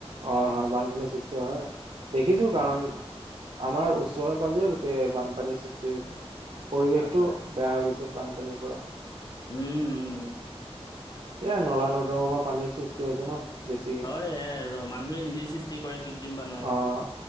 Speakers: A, on the right (about 60°); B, on the left (about 35°).
A: হয় হয়, বানপানীৰ সৃষ্টি হয় দেখিছো
B: উম
A: কাৰণ আমাৰ ওচৰে-পাজৰে গোটেই বানপানীৰ সৃষ্টি হৈছে পৰিৱেশটো।
B: হয় হয়
A: বেয়া হৈ গৈছে বানপানীৰ পৰা।
B: হুম উ উম উ।
A: এইয়া নলা-নৰ্দমাৰ পৰা পানীৰ সৃষ্টি হৈছে ন। বেছিকে
B: হয় এইয়াই আৰু মানুহে নিজেই সৃষ্টি কৰে কৃত্ৰিম বানৰ।
A: অ